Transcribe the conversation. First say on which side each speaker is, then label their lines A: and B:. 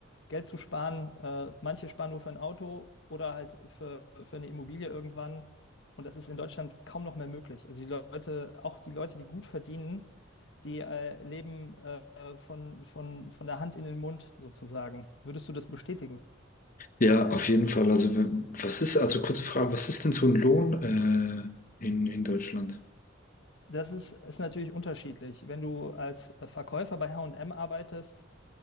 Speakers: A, on the left; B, on the left.
A: Geld zu sparen. Äh, manche sparen nur für ein Auto oder halt für, für eine Immobilie irgendwann. Und das ist in Deutschland kaum noch mehr möglich. Also die Leute, auch die Leute, die gut verdienen, die äh, leben äh, von, von, von der Hand in den Mund sozusagen. Würdest du das bestätigen?
B: Ja, auf jeden Fall. Also, wenn- was ist, also kurze Frage, was ist denn so ein Lohn äh, in, in Deutschland?
A: Das ist, ist natürlich unterschiedlich. Wenn du als äh, Verkäufer bei H&M arbeitest,